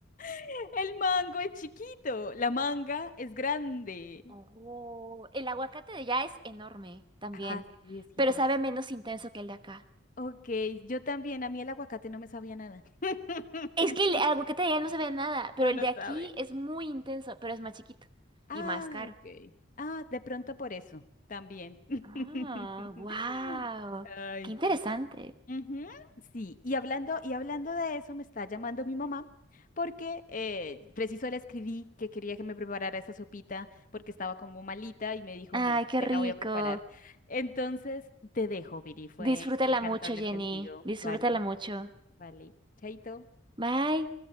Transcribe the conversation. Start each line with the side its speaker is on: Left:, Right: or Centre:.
Left: <laughs> El mango es chiquito, la manga es grande.
Right: Oh, el aguacate de allá es enorme también,
Left: Ah, sí, es gigante.
Right: pero sabe menos intenso que el de acá.
Left: Ok, yo también, a mí el aguacate no me sabía nada. <laughs>
Right: Es que el aguacate de allá no sabe a nada,
Left: No,
Right: pero el
Left: no
Right: de aquí
Left: sabe.
Right: es muy intenso, pero es más chiquito
Left: Ah,
Right: y más caro.
Left: ok. Ah, de pronto por eso, también. <laughs>
Right: Ah, wow.
Left: Ay,
Right: Qué interesante.
Left: sí. Ujú, Sí, y hablando, y hablando de eso, me está llamando mi mamá porque eh, preciso le escribí que quería que me preparara esa sopita porque estaba como malita y me dijo,
Right: Ay,
Left: no,
Right: qué
Left: te
Right: rico.
Left: la voy a preparar. Entonces, te dejo, Viri, fue,
Right: Disfrútala
Left: <laughs> me encantó
Right: mucho,
Left: hablar
Right: Jenny.
Left: contigo.
Right: Disfrútala
Left: Vale,
Right: mucho.
Left: vale. Chaito.
Right: Bye.